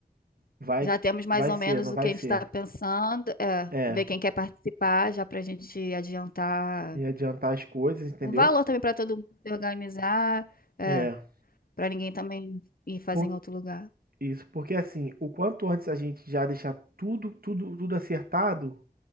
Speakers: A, on the right; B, on the left.
A: vai
B: já temos mais
A: vai
B: ou
A: ser,
B: menos
A: não
B: o
A: vai
B: que a
A: ser.
B: gente está pensando. É,
A: É,
B: ver quem quer participar, já para a gente adiantar
A: e adiantar as coisas, entendeu?
B: o valor também para todo mundo se organizar, é,
A: É.
B: para ninguém também ir fazer
A: Por-
B: em outro lugar.
A: Isso, porque assim, o quanto antes a gente já deixar tudo, tudo, tudo acertado,